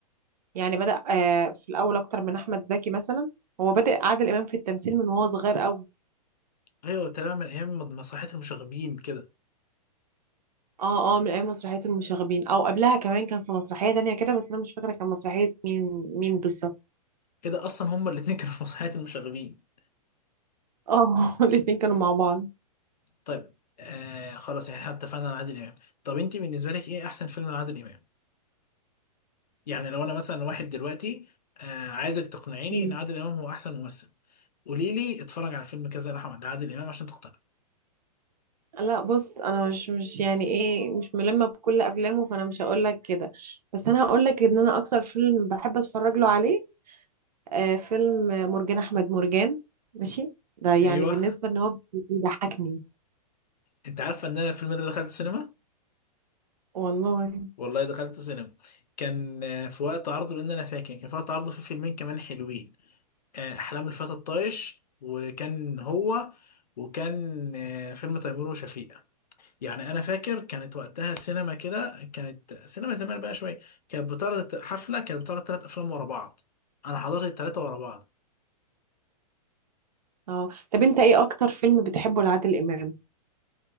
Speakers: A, on the right; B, on the left.
A: يعني بدا آه، في الاول اكتر من احمد زكي مثلا هو بدا عادل امام في التمثيل من وهو صغير قوي
B: ايوه تمام من ايام مسرحيه المشاغبين كده
A: اه اه من اي مسرحية المشاغبين او قبلها كمان كان في مسرحية تانية كده بس انا مش فاكرة كان مسرحية مين مين بالظبط
B: كده اصلا هما الاتنين كانوا في مسرحيه المشاغبين
A: اه <laughs> الاتنين كانوا مع بعض
B: طيب آه خلاص احنا اتفقنا على عادل امام طب انت بالنسبه لك ايه احسن فيلم لعادل امام يعني لو انا مثلا واحد دلوقتي آه عايزك تقنعيني
A: مم.
B: ان عادل امام هو احسن ممثل قولي لي اتفرج على فيلم كذا لأحمد- لعادل امام عشان تقتنع
A: لا بص انا مش مش يعني ايه مش ملمة بكل افلامه فانا مش هقول لك كده بس انا هقول لك ان انا اكتر فيلم بحب اتفرج له عليه آه فيلم مرجان احمد مرجان ماشي ده يعني
B: ايوه
A: بالنسبة ان هو بيضحكني
B: انت عارفه ان انا الفيلم ده دخلت سينما
A: والله
B: والله دخلت سينما كان آه، في وقت عرضه لان انا فاكر كان في وقت عرضه في فيلمين كمان حلوين آه احلام الفتى الطايش وكان هو وكان آه فيلم تيمور وشفيقة يعني انا فاكر كانت وقتها السينما كده كانت سينما زمان بقى شويه كانت بتعرض حفله كانت بتعرض ثلاث افلام ورا بعض انا حضرت الثلاثه ورا بعض
A: اه طب انت ايه اكتر فيلم بتحبه لعادل امام